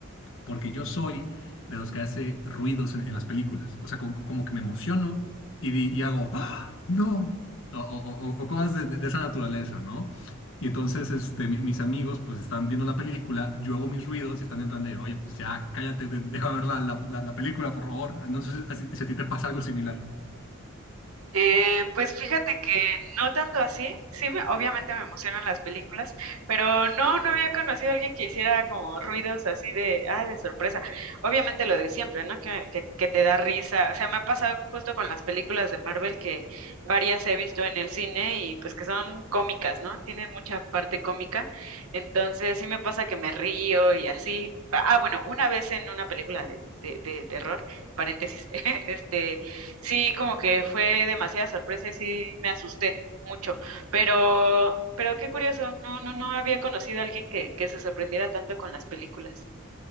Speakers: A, on the left (about 65°); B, on the right (about 85°).
A: porque yo soy de los que hace ruidos en, en las películas. O sea, co- co- como, que me emociono y, di- y hago, ¡Ah! ¡No! O, o- o- o cosas de, de esa naturaleza, ¿no? Y entonces este, mi- mis amigos pues están viendo la película, yo hago mis ruidos y están en plan de, oye, pues ya cállate, de- déjame ver la, la- la- la película, por favor. No sé si, si a ti te pasa algo similar.
B: Eh, pues fíjate que no tanto así, sí, me- obviamente me emocionan las películas, pero no, no había conocido a alguien que hiciera como ruidos así de, ah, de sorpresa. Obviamente lo de siempre, ¿no? Que, que, que te da risa. O sea, me ha pasado justo con las películas de Marvel que varias he visto en el cine y pues que son cómicas, ¿no? Tienen mucha parte cómica, entonces sí me pasa que me río y así. Ah, bueno, una vez en una película de, de, de terror, paréntesis, <laughs> este Sí, como que fue demasiada sorpresa y sí me asusté mucho, pero, pero qué curioso, no, no, no había conocido a alguien que, que se sorprendiera tanto con las películas.